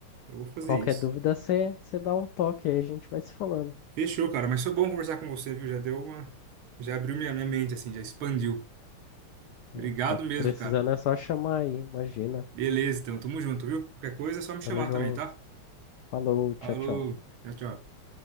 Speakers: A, on the right; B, on the left.
A: eu vou fazer
B: Qualquer
A: isso.
B: dúvida, você você dá um toque aí, a gente vai se falando.
A: Fechou, cara, mas foi bom conversar com você, viu? Já deu uma, já abriu minha, minha mente assim, já expandiu.
B: Opa,
A: Obrigado mesmo,
B: Precisando
A: cara.
B: é só chamar aí, imagina.
A: Beleza, então, tamo junto, viu? Qualquer coisa é só me chamar
B: Tamo junto.
A: também, tá?
B: Falou, tchau,
A: Falou,
B: tchau.
A: tchau, tchau.